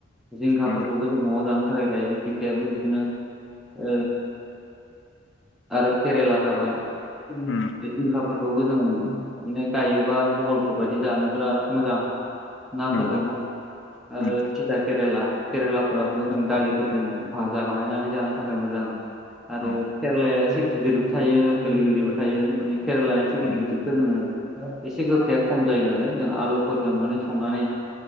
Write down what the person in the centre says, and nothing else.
जिंखाफोरखौबो
जों न'आव जानो थाखाय गायो जिंखायाबो बिदिनो। ओ आरो केरेला थाबाय जिंखाफोरखौबो
जों माने गायोबा बहलफोर बायदि जानो बिराद मोजां। ना
फोरदोंहाय। आरो
थिथा केरेला केरेलाफ्राबो
जों दालिफोरजों भाजा बानायनानै जानो थाखाय मोजां। आरो
केेरेलाया सि गिदिरबो थायो गोरलै गोरलैबो थायो माने केरेलाया सि गिदिर
गिदिरखो जोङो। एसे गोखाया खम जायो नालाय जों आलुफोरजों माने संनानै